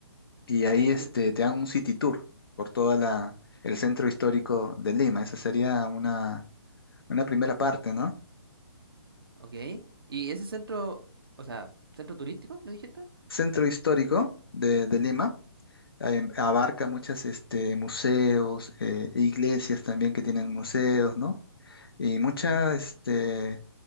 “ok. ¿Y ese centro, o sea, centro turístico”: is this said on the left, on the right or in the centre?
Right